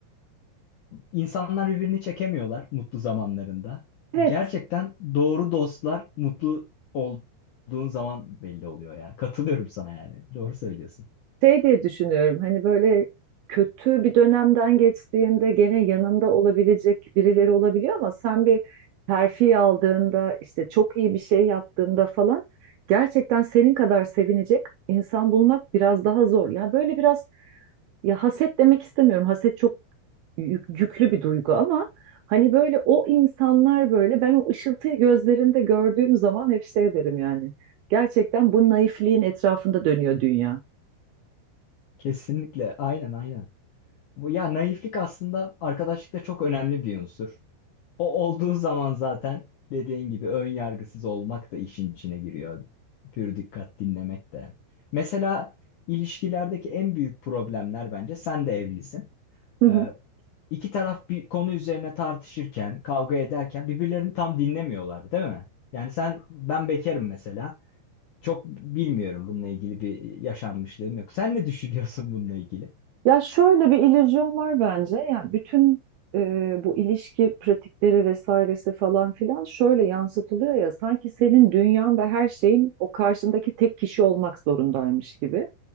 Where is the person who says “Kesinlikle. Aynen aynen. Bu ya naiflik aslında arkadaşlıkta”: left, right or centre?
Left